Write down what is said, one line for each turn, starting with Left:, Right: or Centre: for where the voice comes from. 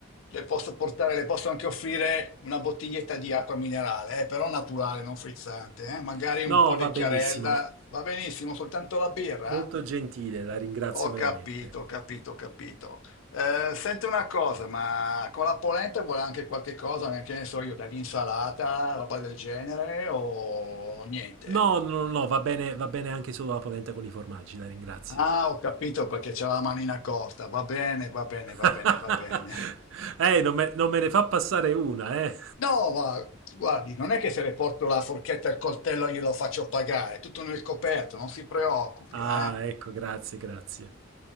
Left: le posso portare, le posso anche offrire una bottiglietta di acqua minerale, eh, però naturale, non frizzante, eh, magari
Right: <laughs>
Left: un
Right: no,
Left: po' di
Right: va
Left: chiarella,
Right: benissimo.
Left: va benissimo, soltanto la birra?
Right: Molto gentile, la ringrazio
Left: Ho capito,
Right: veramente.
Left: ho capito, ho capito. Eh, senti una cosa, ma con la polenta vuole anche qualche cosa, eh, che ne so io, dell'insalata, roba del genere o niente?
Right: No, no, no, no, va bene, va bene anche solo la polenta con i formaggi, la ringrazio.
Left: Ah, ho capito perché c'è la manina corta, va bene, va bene, va
Right: <laughs>
Left: bene, va bene.
Right: eh, non me, non me ne fa passare una, eh.
Left: No, ma guardi, non è che se le porto la forchetta e il coltello glielo faccio pagare, è tutto nel coperto, non si preoccupi,
Right: Ah,
Left: eh.
Right: ecco, grazie, grazie.